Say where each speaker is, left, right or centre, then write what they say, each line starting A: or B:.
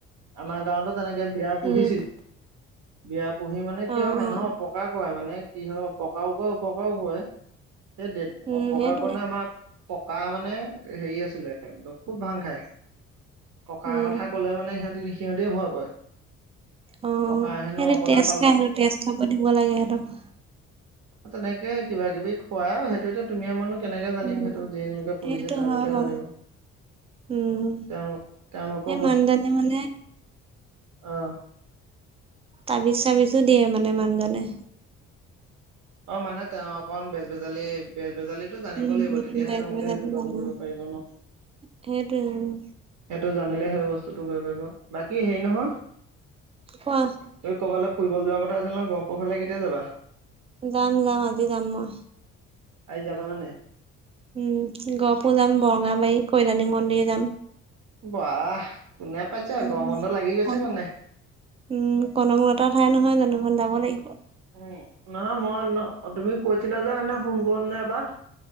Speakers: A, on the right; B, on the right.
A: আমাৰ গাঁৱতো তেনেকে বিৰা
B: উম,
A: পুহিছিল। বিৰা পুহি মানে কি
B: অ',
A: হয় মানুহক
B: অ'।
A: অপকাৰ কৰে মানে। কি হয় অপকাৰক উপকাৰও হয়, সেই
B: উম
A: অপকাৰ
B: সেইটোৱে
A: কাৰণে আমক ককা মানে হেৰি আছিলে খুব ভাং খাই। ককাৰ
B: উম
A: কথা ক'লে মানে সিহঁতি সিহঁতিয় ভয় কৰে।
B: অ'
A: ককা হেনো
B: সেইটো
A: অকলে
B: তেজ
A: পালে
B: খাই আৰু তেজ খাব দিব লাগে সিহঁতক।
A: তেনেকে কিবা কিবি খুৱাইও। <unintelligible> তুমি মানুহ কেনেকে জানিম
B: উম
A: সেইটো জিনলোকে পুহিছে
B: সেইটো
A: তেওঁলোকে
B: হয় বাৰু
A: জানিব।
B: উম,
A: তেওঁলোক তেওঁলোকৰ
B: সেই মানদানে মানে।
A: অ'।
B: তাবিজ চাবিজো দিয়ে মানে মানুহজনে।
A: অ' মানে তা অ' কন বেজবেজালী বেজবেজালী <unintelligible> জানিব
B: উম
A: লাগিব
B: উম
A: তেতিয়াহে
B: বেজবৰুৱা
A: তেওঁলোকে সেইটো
B: তাবিজ
A: কাম
B: বনাই।
A: কৰিব পাৰিব ন'।
B: সেইটোৱে উম।
A: এইটো জানিলে সেই বস্তুটো কৰিব পাৰিব বাকী হেৰি নহয়।
B: কোৱা
A: <unintelligible> ক'ৰবালৈ ফুৰিব যোৱাৰ কথা আছিল ন' ক ক'ৰবালে কেতিয়া যাবা।
B: যাম যাম আজি যাম মই।
A: আজি যাবা মানে।
B: উম, গহপুৰ যাম বৰঙাবাৰী কৈলাণী মন্দিৰ যাম।
A: বা কোনে পাইছে আৰু
B: উম
A: গমৰ বন্ধ লাগি গৈছে
B: কন
A: মানে।
B: উম, কনকলতা ঠাই নহয় জানো যাব লাগিব।
A: উম, নহ মই তুমি কৈছিলা যে হনে ফোন কৰিম নে এবাৰ।